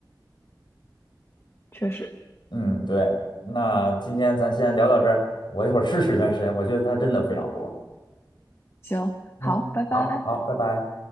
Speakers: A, on the left; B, on the left.
A: 确实，
B: 嗯，对，那今天咱先聊到这儿，我一会儿试试原神，我觉得它真的非常火。
A: 行，
B: 嗯，
A: 好，拜拜。
B: 好好，拜拜。